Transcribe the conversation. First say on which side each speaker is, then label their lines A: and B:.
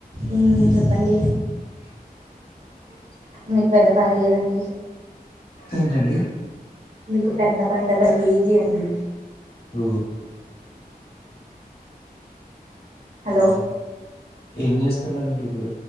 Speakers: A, on the right; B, on the left.
A: ఉమ్ చెప్పండి మీకు పెద్ద పండుగ ఏదండి
B: ఏంటండి
A: మీకు పెద్ద పండగ ఏది అండి.
B: ఉ
A: హలో
B: ఏం చేస్తున్నారండి ఇప్పుడు